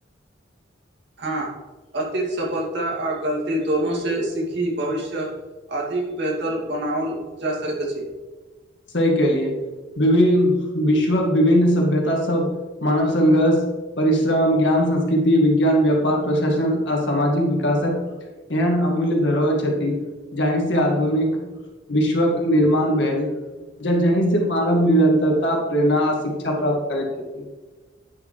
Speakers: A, on the right; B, on the left.
A: हाँ अतीत सफलता आ गलती दोनो से सीखी भविष्य अधिक बेहतर बनाओल जा सकैत अछि
B: सही कलियए वि विश्वक विभिन्न सभ्यता सब मानव संघर्ष परिश्रम ज्ञान संस्कृति विज्ञान व्यापार प्रशासन आ सामाजिक विकासक एहन अमूल्य धरहति जाहि से आधुनिक विश्वक निर्माण भेल ज जीं से मानव निरंतरता प्रेरणा आ शिक्षा प्राप्त करै छथिति